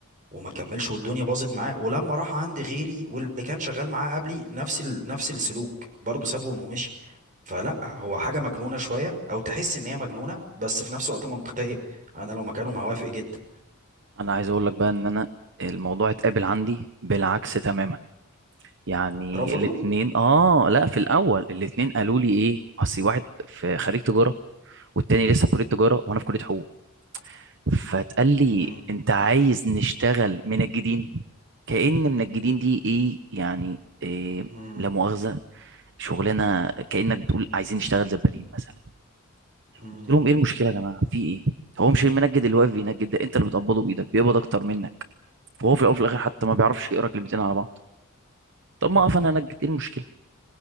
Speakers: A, on the right; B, on the right.
A: وما كملش والدنيا باظت معاه ولما راح عند غيري واللي كان شغال معاه قبلي نفس ال... نفس السلوك برضه سابهم ومشي فلا هو حاجة مجنونة شوية او تحس ان هي مجنونة بس في نفس الوقت منطقية انا لو مكانهم هوافق جدا
B: أنا عايز أقول لك بقى إن أنا الموضوع اتقابل عندي بالعكس تماما يعني
A: رفضوا
B: الاتنين اه لا في الاول الاتنين قالوا لي ايه اصل واحد في خريج تجاره والتاني لسه في كليه تجاره وانا في كليه حقوق فتقال لي
A: مم.
B: انت عايز نشتغل منجدين كأن منجدين دي ايه يعني إيه
A: مم.
B: لا مؤاخذه شغلانه كأنك بتقول عايزين نشتغل زبالين مثلا
A: مم.
B: قلت لهم ايه المشكله يا جماعه في ايه هو مش المنجد اللي واقف بينجد ده انت اللي بتقبضه بايدك بيقبض اكتر منك وهو في الاول وفي الاخر حتى ما بيعرفش يقرا كلمتين على بعض طب ما اقف انا انجد ايه المشكله